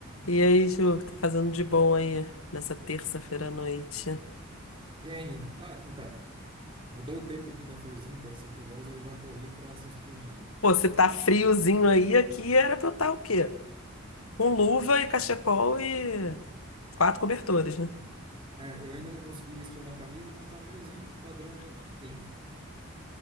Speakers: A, on the left (about 80°); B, on the right (about 25°).
A: E aí, Ju, o que tá fazendo de bom aí nessa terça-feira à noite?
B: E aí, Nina? Tá, então, mudou o tempo aqui, tá friozinho, terça chuvosa, eu já corri para assistir uma.
A: Pô, se tá friozinho aí, aqui era pra eu estar o quê? Com luva e cachecol e quatro cobertores, né?
B: É, eu ainda não consegui vestir uma camisa, mas tá friozinho pro padrão mesmo assim.